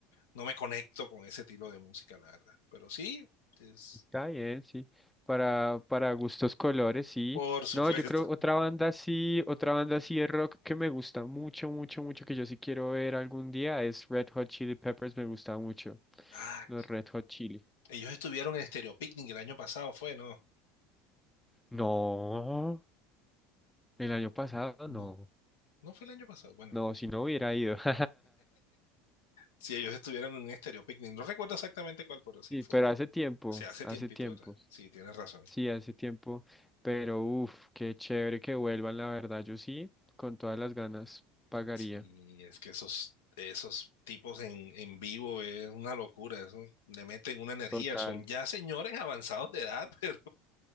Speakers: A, on the left; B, in the centre.
A: no me conecto con ese estilo de música, la verdad. Pero sí, es,
B: está bien, sí. Para, para gustos colores, sí.
A: por supuesto.
B: No, yo creo otra banda sí, otra banda sí de rock que me gusta mucho, mucho, mucho, que yo sí quiero ver algún día es Red Hot Chili Peppers, me gusta mucho.
A: <laughs> Ay,
B: Los Red Hot Chili.
A: ellos estuvieron en Stereo Picnic el año pasado, fue, no,
B: No, el año pasado
A: no,
B: no.
A: no fue el año pasado. Bueno,
B: No, si no hubiera ido. <laughs>
A: si ellos estuvieron en un Stereo Picnic, no recuerdo exactamente cuál, pero sí
B: Sí,
A: fue,
B: pero hace tiempo,
A: se hace
B: hace
A: tiempito,
B: tiempo.
A: ¿verdad? Sí, tienes razón.
B: Sí, hace tiempo. Pero uff, qué chévere que vuelvan, la verdad. Yo sí, con todas las ganas, pagaría.
A: Sí, es que esos, esos tipos en, en vivo es una locura, eso le meten una energía,
B: Total.
A: son ya señores avanzados de edad, <laughs> pero